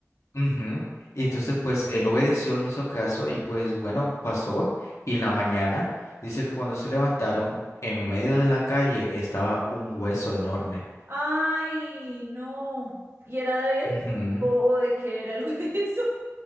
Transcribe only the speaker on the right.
Ay, no. ¿Y era de él?
¿O, o de qué era algo de eso?